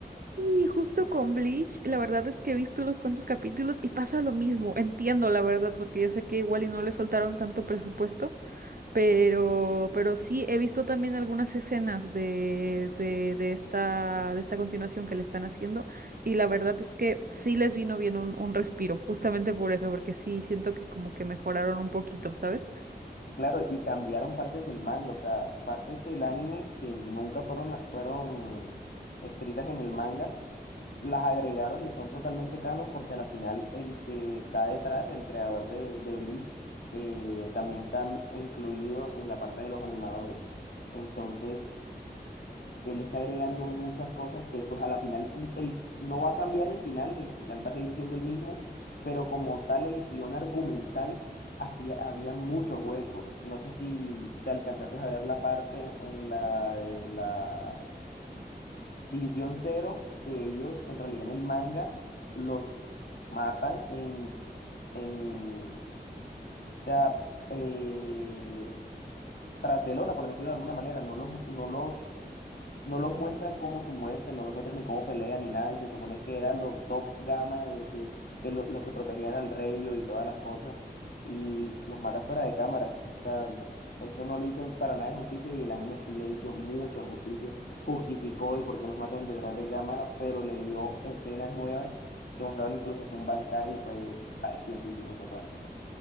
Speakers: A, on the right; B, on the left.
A: Y justo con Bleach, la verdad es que he visto unos cuantos capítulos y pasa lo mismo. Entiendo, la verdad, porque yo sé que igual y no le soltaron tanto presupuesto. Pero, pero sí, he visto también algunas escenas de, de, de esta, de esta continuación que le están haciendo y la verdad es que sí les vino bien un, un respiro, justamente por eso, porque sí siento que como que mejoraron un poquito, ¿sabes?
B: Claro, y cambiaron partes del manga, o sea, partes del anime que nunca fueron, fueron escritas en el manga, las agregaron y son totalmente canon porque a la final el que está detrás, el creador de, de Bleach, eh, también está m- incluido en la parte de los animadores. Entonces, él está agregando muchas cosas que pues a la final mm, él no va a cambiar el final, el final va a seguir siendo el mismo, pero como tal el guión argumental hacía, había muchos huecos. No sé si te alcanzaste a ver la parte en la de la División Cero, que ellos en realidad en el manga los matan en, en o sea, eh, tras de lona, por decirlo de alguna manera, no los, no los No los muestran como su muerte, no los muestran ni cómo pelean ni nada, y se supone que eran los top gama de, de- que lo- los que protegían al rey y todas las cosas, y los matan fuera de cámara. O sea, eso no le hizo para nada de justicia y el anime sí le hizo mucha justicia. Justificó el por qué los matan detrás de cámara, pero le dio escenas nuevas que mostraban incluso hasta un Bankai y fue preciosísimo esa parte.